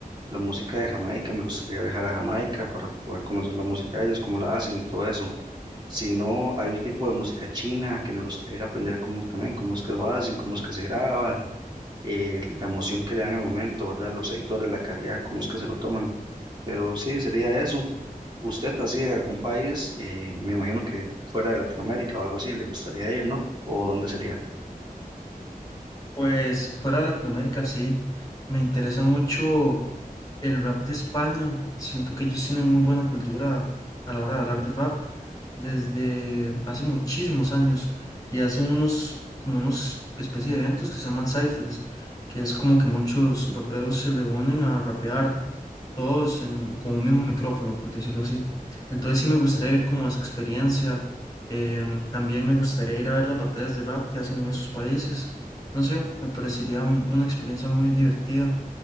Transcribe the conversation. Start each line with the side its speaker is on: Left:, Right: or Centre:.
Right: la música de Jamaica. Me gustaría viajar a Jamaica para poder conocer la música de ellas, cómo la hacen y todo eso. Si no, hay un tipo de música china que me gustaría ir a aprender cómo también, cómo es que lo hacen, cómo es que se graba, eh, la emoción que le dan al momento, ¿verdad? Los editores, la calidad, cómo es que se lo toman. Pero sí, sería eso. Usted así de algún país, eh, me imagino que fuera de Latinoamérica o algo así, le gustaría ir, ¿no? ¿O dónde sería?
Left: Pues fuera de Latinoamérica sí, me interesa mucho El rap de España, siento que ellos tienen muy buena cultura a la hora de hablar de rap desde hace muchísimos años y hacen unos, como unos especie de eventos que se llaman cyphers, que es como que muchos raperos se reúnen a rapear todos en- con un mismo micrófono, por decirlo así. Entonces sí me gustaría ir como a esa experiencia. em, también me gustaría ir a ver las batallas de rap que hacen en esos países. No sé, me parecería una experiencia muy divertida